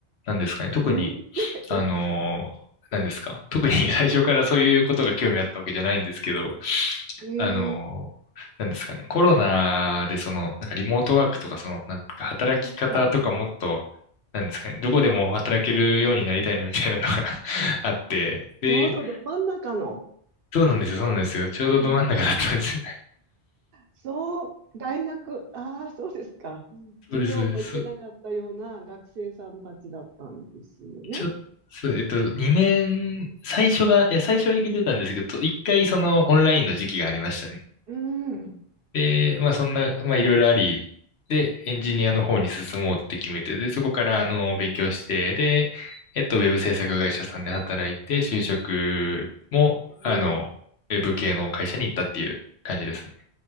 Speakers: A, on the left (about 75°); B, on the right (about 60°).
A: なんですかね、特に、
B: うん、<laughs>
A: あのー、なんですか、特に <laughs> 最初からそういうことが興味あったわけじゃないんですけど、
B: え、えー、
A: あのー、なんですかね、コロナでその、なんかリモートワークとか、その、なんか働き方とかもっと、
B: そっか。
A: なんですかね、どこでも働けるようになりたいなみたいなのが <laughs> あって、で、
B: ちょうどど真ん中の。
A: そうなんですよ、そうなんですよ、ちょうどど真ん中だったんです。
B: ああ、そう、大学、ああ、そうですか。うん授業も行けなかったような学生さんたちだったんですよね。
A: そうです、そうです。ちょ、そう、えっと、2年、最初が、いや、最初はいけてたんですけど、1回そのオンラインの時期がありましたね。
B: うん。
A: で、まあそんな、まあいろいろあり、で、エンジニアの方に進もうって決めて、で、そこからあの、勉強して、で、えっと、ウェブ制作会社さんで働いて、就職も、
B: え
A: あの、ウェブ系の会社に行ったっていう感じですね。